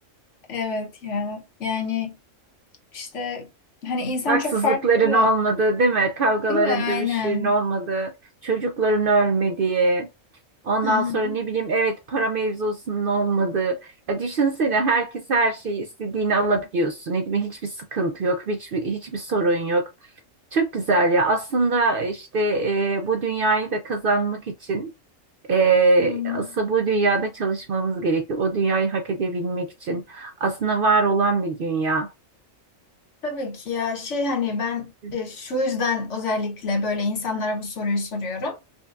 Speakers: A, on the left; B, on the right.
A: Evet ya. Yani işte hani insan
B: Haksızlıkların
A: çok farklı ya.
B: olmadığı, değil mi? Kavgaların,
A: Değil mi? Aynen.
B: dövüşlerin olmadığı, çocukların ölmediği. Ondan
A: Hı hı.
B: sonra ne bileyim evet para mevzusunun olmadığı. Ya düşünsene herkes her şeyi istediğini alabiliyorsun. Ne bileyim, hiçbir sıkıntı yok, hiçbir, hiçbir sorun yok. Çok güzel ya. Aslında işte e, bu dünyayı da kazanmak için e,
A: Hmm.
B: aslında bu dünyada çalışmamız gerekiyor. O dünyayı hak edebilmek için. Aslında var olan bir dünya.
A: Tabii ki ya şey hani ben
B: Hı.
A: e, şu yüzden özellikle böyle insanlara bu soruyu soruyorum.